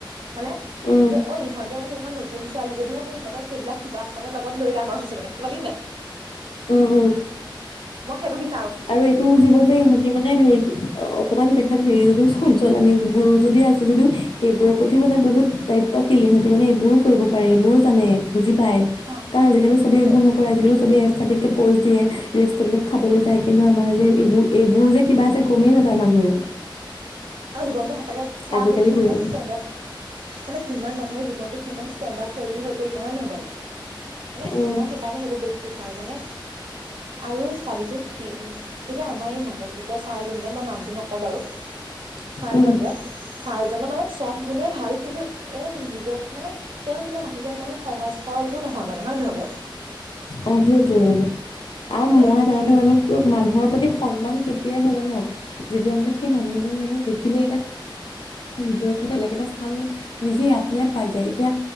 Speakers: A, on the right (about 80°); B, on the left (about 80°).
A: মানে
B: উম,
A: যে অ ইহঁতে মানে নতুন ছোৱালী যদিও মানে ইহঁৰ সেইবিলাক সুবাস মানে লগত লৈ ডাঙৰ হৈছে মানে গম পালি নাই
B: উম উম
A: মই সেইটো বিছ
B: আৰু এইটো বুজিব যে ইহঁতি মানে হেৰি অকমান দেখাত হেৰি যে চঞ্চ চল আমি গুৰু যদি আছে যদিও এইবোৰৰ প্ৰতিও মানে বহুত দায়িত্বশীল সিহঁতি মানে এইবোৰো কৰিব পাৰে এইবোৰো জানে বুজি পাই
A: অ
B: কাৰণ আজিকালি চবে
A: সেইটোয়ে
B: এইবোৰ নকৰে আজিকালি চবেই এচথেটিক পষ্ট দিয়ে ৰেষ্টুৰেণ্টত খাবলৈ যা যাই কিন্তু আমাৰ যে এইবোৰ এইবোৰ যে কিবা যে গমেই নাপায় মানুহে
A: জীৱনবোৰ সঁচাকে চা
B: আজিকালি
A: আক কিমান
B: বোৰে আৰু
A: ষ্টেণ্ডাৰ্ড মানে কিমান মানুহৰ জীৱনটো কিমান ষ্টেণ্ডাৰ্ডশৈলী হৈ পৰিছে হয় নে নহয় বাৰু মানে
B: উম,
A: মই সেইকাৰণে সেইবোৰ বস্ত বিচাৰো মানে আৰু চাবি চোন সি উম এতিয়া আমাৰ এই নাটক শিকোৱা ছাৰজন যে মই নামটো নকওঁ বাৰু ছাৰজন
B: উম, উম,
A: যে ছাৰ জন মানে চব গুণে ভাল কিন্তু এ নিজৰ মানে তেওঁ কিবা মানুহজন মানে সহজ সৰলতো নহয় মানে হয় নহয় বাৰু
B: অ সেইটোৱে মানে আৰু
A: মানে
B: মই এটা
A: শিল্পী
B: কথা জানো ত মানুহৰ প্ৰতি সন্মান কেতিয়া আহে জান যেতিয়া মানে সেই মানুহজনক মানে দেখিলে এটা হৃদয়ত মানে বেলেগ এটা স্থান মানে নিজে আত্মীয় পাই যায়। এতিয়া